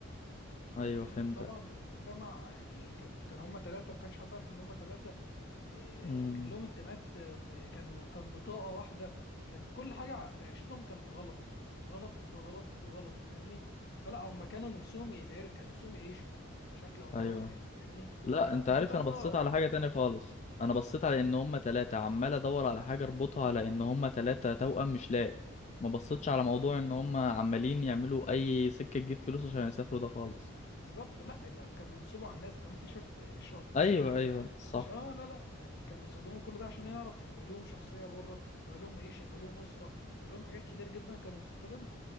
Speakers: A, on the left (about 30°); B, on the left (about 50°).
A: ايوه
B: لان
A: فهمتك
B: طبعا المجتمع يعني كان كان هم ثلاثه وما كانش حد عارف ان هم ثلاثه وكان
A: امم
B: لهم انتماءات آه، كان كان بطاقه واحده كانت كل حاجه في عيشتهم كانت غلط غلط في غلط في غلط فاهمني فلا هم كانوا نفسهم يتعرف كان نفسهم يعيشوا بشكل او باخر
A: ايوه
B: يعني فاهمني
A: لا
B: لا
A: انت
B: فكده
A: عارف
B: رضا
A: انا بصيت على حاجة تانية خالص انا بصيت على ان هما تلاتة عمال ادور على حاجة اربطها على ان هما تلاتة توأم مش لاقي ما بصيتش على موضوع ان هما عمالين يعملوا اي سكة تجيب فلوس عشان يسافروا ده خالص
B: بالظبط لا ده كان بينصبوا على الناس لو انت شفت اشرب بقى
A: ايوه
B: دي
A: ايوه صح
B: انت شا... آه لا لا يعني كانوا بيستخدموا كل ده عشان يعرف يبقى لهم شخصيه بره يبقى لهم عيشه يبقى لهم اسره يبقى لهم حاجات كتير جدا كانوا مفتقدينها